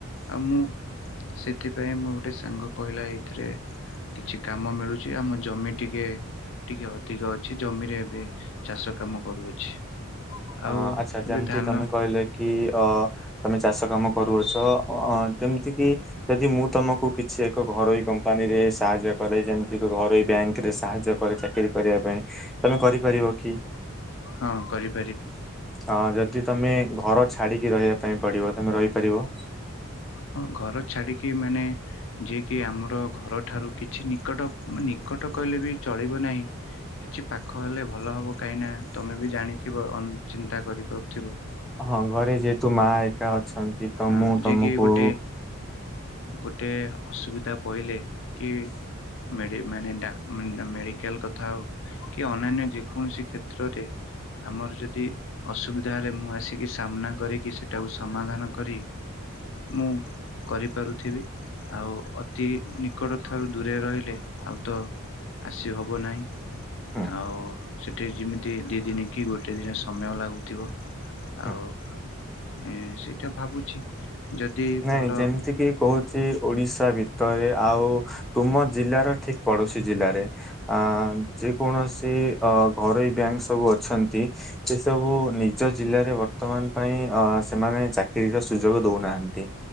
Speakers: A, on the left; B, in the centre.
A: ଆଉ ମୁଁ ସେଥିପାଇଁ ମୁଁ ଗୋଟେ ସାଙ୍ଗ କହିଲା ଏଇଥିରେ କିଛି କାମ ମିଳୁଛି ଆମ ଜମି ଟିକେ ଟିକେ ଅଧିକ ଅଛି ଜମିରେ ଏବେ ଚାଷ କାମ କରୁଅଛି।
B: ଅ
A: ଆଉ
B: ଆଚ୍ଛା
A: ଏବେ
B: ଯେମିତି
A: ଧାନ
B: ତମେ କହିଲେ କି ଅ ତମେ ଚାଷ କାମ କରୁଅଛ ଅ ଯେମିତି କିି ଯଦି ମୁଁ ତମକୁ କିଛି ଏକ ଘରୋଇ କମ୍ପାନୀରେ ସାହାଯ୍ୟ କରେ ଯେମିତି ଏକ ଘରୋଇ ବ୍ୟାଙ୍କ ରେ ସାହାଯ୍ୟ କରେ ଚାକିରି କରିବା ପାଇଁ ତମେ କରିପାରିବ କି?
A: ହଁ କରିିବ।
B: ହଁ ଯଦି ତମେ ଘର ଛାଡିକି ରହିବା ପାଇଁ ପଡିବ ତମେ ରହିପାରିବ।
A: ହଁ ଘର ଛାଡିକି ମାନେ ଯିଏକି ଆମର ଘରଠାରୁ କିଛି ନିକଟ ନିକଟ କହିଲେ ବି ଚଳିବ ନାହିଁ କିଛି ପାଖ ହେଲେ ଭଲ ହବ କାହିଁ ନା ତମେ ବି ଜାଣିଥିବ ଚିନ୍ତା କରିପାରୁଥିବ।
B: ହଁ ଘରେ ଯେହେତୁ ମା ଏକା ଅଛନ୍ତି ତ
A: ହଁ
B: ମୁଁ
A: ଯିଏ
B: ତମକୁ
A: କିି ଗୋଟେ ଗୋଟେ ଅସୁବିଧା ପଇଲେ କି ମେଡି ମାନେ ମେଣ୍ଡା ମେଡିକାଲ କଥା ହଉ କି ଅନ୍ୟନ୍ୟ ଯେ କୌଣସି କ୍ଷେତ୍ରରେ ଆମର ଯଦି ଅସୁବିଧା ହେଲେ ମୁଁ ଆସିକି ସାମ୍ନା କରିକି ସେଟାକୁ ସମାଧାନ କରି ମୁଁ କରିପାରୁଥିବି ଆଉ ଅତି ନିକଟ ଠାରୁ ଦୂରେ ରହିଲେ ଆଉ ତ ଆସି ହବ ନାହିଁ।
B: ହୁଁ
A: ଆଉ ସେ ଗୋଟେ ଯେମିତି ଦି ଦିନ କି ଗୋଟେ ଦିନ ସମୟ ଲାଗୁଥିବ
B: ହୁଁ
A: ଆଉ ହଁ ସେଇଟା ଭାବୁଛି। ଯଦି
B: ନାଇଁ
A: ଭଲ
B: ଯେମିତି କିି କହୁଛି ଓଡିଶା ଭିତରେ ଆଉ ତୁମ ଜିଲ୍ଲାର ଠିକ ପଡୋଶୀ ଜିଲ୍ଲାରେ ଅ ଯେ କୌଣସି ଅ ଘରୋଇ ବ୍ୟାଙ୍କ ସବୁ ଅଛନ୍ତି ସେ ସବୁ ନିଜ ଜିଲ୍ଲାରେ ବର୍ତ୍ତମାନ ପାଇଁ ଅ ସେମାନେ ଚାକିରିର ସୁଯୋଗ ଦଉନାହାନ୍ତି।